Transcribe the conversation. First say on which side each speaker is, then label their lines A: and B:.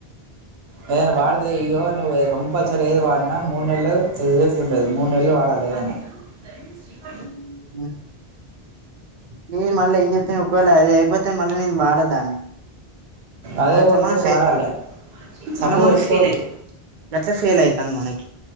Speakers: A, on the right; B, on the right.
A: ఏదైనా వాడితే ఇగో నువ్వు ఏ కంపల్సరీ ఏది వాడినా మూడు నెలలు రిజల్ట్ ఉండదు మూడు నెలలు వాడాలి ఏదైనా దరి మీ శ్రీవార్
B: <inaudible> నేను మళ్ళీ ఏం చెత ను ఒకవేళ అది అయిపోతే మళ్ళీ నేను వాడదాన్ని
A: అదే
B: ఆ
A: కొట్టుకొని
B: సమస్యే
A: వాడాలి
B: మొన్న
A: సబ్బు
B: మొన్న
A: పెట్టుకోవద్దు
B: ఫెయిల్ అయిన గట్లా ఫెయిల్ అయితాంది మనకి